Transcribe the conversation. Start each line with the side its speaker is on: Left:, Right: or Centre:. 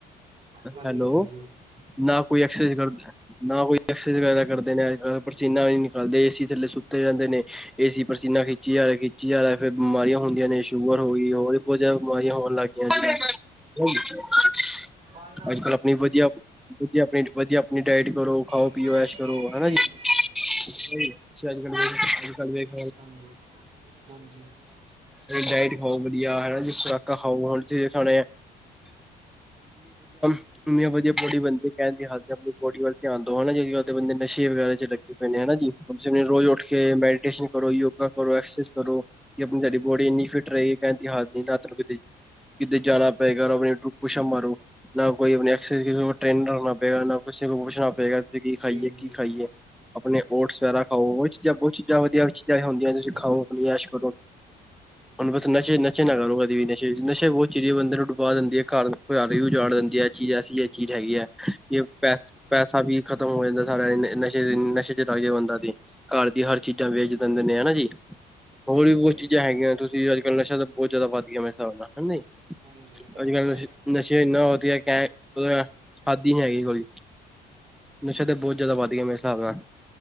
Right: ਹਾਂਜੀ-ਹਾਂਜੀ।
Centre: ਹੈਲੋ ਨਾ ਕੋਈ ਐਕਸਰਸਾਈਜ਼ ਕਰਦ, ਨਾ ਕੋਈ ਐਕਸਰਸਾਈਜ਼
Right: ਹਾਂਜੀ
Centre: ਵਗੈਰਾ ਕਰਦੇ ਨੇ, ਅੱਜ-ਕੱਲ ਪਸੀਨਾ ਵੀ ਨਿਕਾਲਦੇ, ਏਸੀ ਥੱਲੇ ਸੁੱਤੇ ਰਹਿੰਦੇ ਨੇ। ਏਸੀ ਪਸੀਨਾ ਖਿੱਚੀ ਜਾ ਰਿਹਾ, ਖਿੱਚੀ ਜਾ ਰਿਹਾ, ਫਿਰ ਬਿਮਾਰੀਆਂ ਹੁੰਦੀਆਂ ਨੇ, ਸ਼ੂਗਰ ਹੋ ਗਈ ਹੋਰ ਬਹੁਤ ਜਿਆਦਾ ਬਿਮਾਰੀਆਂ ਹੋਣ ਲੱਗ ਗਈਆਂ ਸੀ।
Right: ਪੜਨਾ
Centre: ਅੱਜ ਕੱਲ ਆਪਣੀ
Right: ਹਾਂਜੀ
Centre: ਵਧੀਆ। ਵਧੀਆ। ਆਪਣੀ ਵਧੀਆ ਆਪਣੀ ਡਾਇਟ ਕਰੋ। ਖਾਓ
Right: ਹਾਂਜੀ
Centre: ਪੀਓ ਐਸ਼ ਕਰੋ ਹੈਨਾ ਜੀ। ਨਹੀਂ ਤੁਸੀਂ ਅੱਜ ਕੱਲ ਵੇਖ। ਅੱਜ ਕੱਲ ਵੇਖ।
Right: ਹਾਂਜੀ ਹਾਂਜੀ
Centre: ਡਾਇਟ ਖਾਓ ਵਧੀਆ ਹੈਨਾ ਜ ਖੁਰਾਕਾਂ ਖਾਓ ਹੁਣ ਖਾਣੇ ਆ <inaudible> ਇੰਨੀਆਂ ਵਧੀਆ ਬੋਡੀ ਬਦੇ ਕਹਿੰਦੇ ਹੁੰਦੇ। ਆਪ ਬੋਡੀ ਵੱਲ ਧਿਆਨ ਦਿਉ ਹੈਨਾ ਜਿਦੇ ਬੰਦੇ ਨਸ਼ੇ ਵਗੈਰਾ ਚ ਲੱਗੇ। ਹਨਾ ਜਿਵੇਂ ਰੋਜ਼ ਉੱਠ ਕੇ ਮੈਡੀਟੇਸ਼ਨ ਕਰੋ, ਯੋਗਾ ਕਰੋ ਐਕਸਰਸੀਜ ਕਰੋ। ਕਿ ਆਪਣੀ ਸਾਡੀ ਬੋਡੀ ਇੰਨੀ ਫਿੱਟ ਰਹੇਗੀ ਕਿ ਦੀ ਹਾਲਤ ਨਹੀਂ। ਕਿਤੇ ਜਾਣਾ ਪੈ ਗਿਆ। ਔਰ ਆਪਣੇ ਤੇ ਪੁੱਛ ਅੱਪ ਮਾਰੋ। ਨਾ ਕੋਈ ਐਕਸਰਸਾਈਜ਼ ਟ੍ਰੇਨਰ ਰੱਖਣਾ ਪਏਗਾ। ਨਾ ਕਿਸੇ ਕੋ ਪੁੱਛਣਾ ਪਏਗਾ। ਕੀ
Right: ਹਾਂਜੀ
Centre: ਖਾਈਏ, ਕੀ ਖਾਈਏ, ਆਪਣੇ ਓਟਸ ਵਗੈਰਾ ਖਾਓ। ਉਹ ਚੀਜ਼ਾਂ ਬਹੁਤ ਚੀਜ਼ਾਂ ਵਧੀਆ ਵਿੱਚ - ਹੁੰਦੀਆਂ,
Right: ਹਾਂਜੀ
Centre: ਤੁਸੀਂ ਖਾਉ -ਪਿਉ ਐਸ਼ ਕਰੋ। ਹੁਣ ਬਸ, ਨਸ਼ੇ-ਨਸ਼ੇ ਨਾ ਕਰੋ, ਕਦੇ ਵੀ ਨਸ਼ੇ, ਨਸ਼ੇ ਉਹ ਚੀਜ਼ ਏ, ਬੰਦੇ ਨੂੰ ਡੁਬਾ ਦਿੰਦੀ ਏ, ਘਰ ਉਹ ਘਾਰ ਵੀ ਉਜਾੜ ਦਿੰਦੀ ਹੈ, ਇਹ ਚੀਜ਼ ਐਸੀ, ਇਹ ਚੀਜ਼ ਹੈਗੀ ਏ। ਯੇ, ਪੈ ਪੈਸਾ ਵੀ ਖਤਮ ਹੋ ਜਾਂਦਾ ਸਾਡਾ, ਨਸ਼ੇ-ਨਸ਼ੇ'ਚ ਲਗਦੇ ਬੰਦਾ ਤੇ। ਘਰ ਦੀ ਹਰ ਚੀਜ਼ਾਂ ਵੇਚ ਦਿੰਦੇ ਨੇ, ਹਨਾ ਜੀ।
Right: ਸਹੀ
Centre: ਹੋਰ ਵੀ,
Right: ਗੱਲ
Centre: ਬਹੁਤ
Right: ਹੈ
Centre: ਚੀਜ਼ਾਂ ਹੈਗੀਆਂ ਤੁਸੀਂ ਅੱਜ-ਕੱਲ ਨਸ਼ਾ ਤਾਂ ਬਹੁਤ ਜਿਆਦਾ ਵੱਧ ਗਿਆ, ਮੇਰੇ ਹਿਸਾਬ ਨਾਲ ਹਨਾ।
Right: ਜੀ ਹਾਂਜੀ ਹਾਂਜੀ
Centre: ਅੱਜ-ਕੱਲ ਨਸ਼ੇ ਇੰਨਾ ਹੋ, ਹੈ ਕੈ, ਹਾੱਦੀ ਨੀ ਹੈਗੀ ਕੋਈ। ਨਸ਼ੇ ਤਾਂ ਬਹੁਤ ਜ਼ਿਆਦਾ ਵੱਧ ਗਿਆ ਮੇਰੇ ਹਿਸਾਬ ਨਾਲ,